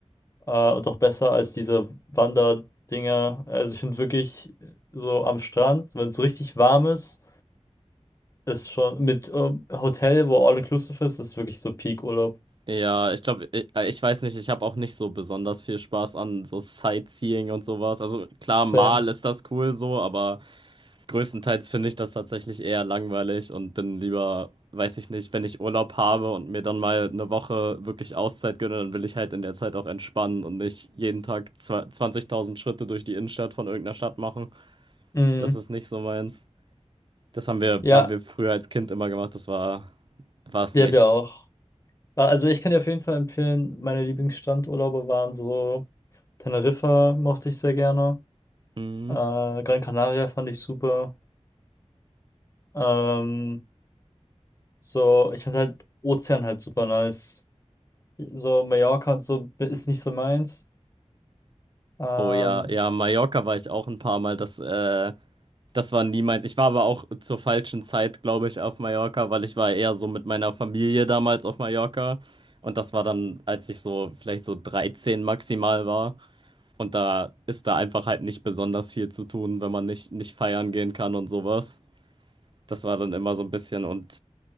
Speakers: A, on the left; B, on the right.
A: äh, und auch besser als diese Wanderdinger. Also ich finde wirklich so am Strand, wenn es richtig warm ist, ist schon mit ähm, Hotel, wo all inclusive ist, ist wirklich so Peak-Urlaub.
B: Ja, ich glaube, ich, äh, ich weiß nicht, ich habe auch nicht so besonders viel Spaß an so Sightseeing und sowas. Also klar,
A: Same.
B: mal ist das cool so, aber Größtenteils finde ich das tatsächlich eher langweilig und bin lieber, weiß ich nicht, wenn ich Urlaub habe und mir dann mal eine Woche wirklich Auszeit gönne, dann will ich halt in der Zeit auch entspannen und nicht jeden Tag zwa- 20.000 Schritte durch die Innenstadt von irgendeiner Stadt machen.
A: Mhm.
B: Das ist nicht so meins. Das haben wir,
A: Ja,
B: haben wir früher als Kind immer gemacht, das war, war es
A: die
B: nicht.
A: habe ich auch. Ah, Also ich kann dir auf jeden Fall empfehlen, meine Lieblingsstrandurlaube waren so Teneriffa mochte ich sehr gerne.
B: Hm.
A: Äh, Gran Canaria fand ich super. Ähm, so, ich fand halt Ozean halt super nice. So Mallorca und so ist nicht so meins. Ähm,
B: Oh ja, ja, Mallorca war ich auch ein paar Mal. Das, äh, Das war nie meins. Ich war aber auch zur falschen Zeit, glaube ich, auf Mallorca, weil ich war eher so mit meiner Familie damals auf Mallorca. Und das war dann, als ich so vielleicht so 13 maximal war. Und da ist da einfach halt nicht besonders viel zu tun, wenn man nicht, nicht feiern gehen kann und sowas. Das war dann immer so ein bisschen und